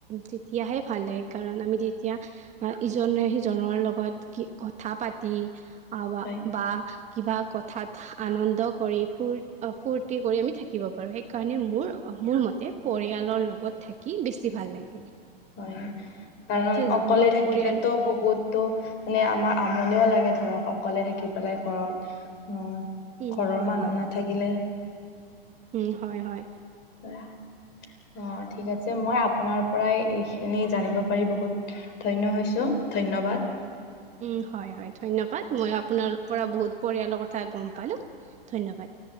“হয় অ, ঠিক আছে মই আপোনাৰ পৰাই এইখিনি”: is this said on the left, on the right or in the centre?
Left